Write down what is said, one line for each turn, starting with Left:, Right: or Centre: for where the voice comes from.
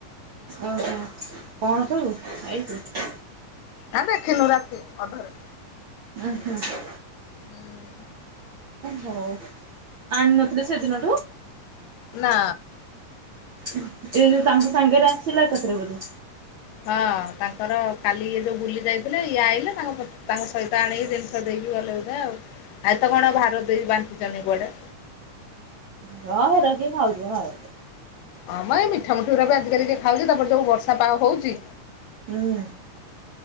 Right: ଉଁ ହୁଁ। କଣ ସବୁ ଆଇଛି?
Left: ଆଁ ଦେଖିନୁ ରାତି ଅଧରେ।
Right: ଉଁ ହୁଁ।
Left: ହୁଁ।
Right: ହଉ ଆଣି ନଥିଲେ ସେଦିନଠୁ?
Left: ନା।
Right: ଏ ଯୋଉ ତାଙ୍କ ସାଙ୍ଗରେ ଆସିଲା ଏକାଥରେ ବୋଧେ।
Left: ହଁ ତାଙ୍କର କାଲି ଇଏ ଯୋଉ ବୁଲି ଯାଇଥିଲେ ଇଏ ଆଇଲେ ତାଙ୍କ ପ ତାଙ୍କ ସହିତ ଆଣିକି ଜିନିଷ ଦେଇକି ଗଲେ ବୋଧେ ଆଉ ଆଜିତ କଣ ଭାର ଦେଇ ବାଣ୍ଟୁଚନ୍ତି କୁଆଡେ।
Right: ହଁ ହେରା କିଏ ଖାଉଚି ମ ଭାରକୁ।
Left: ହଁ ମ ଏଇ ମିଠା ମିଠି ଗୁରାକ ଆଜି କାଲି କିଏ ଖାଉଛି ତାପରେ ଯଉ ବର୍ଷା ପାଗ ହଉଛି।
Right: ହୁଁ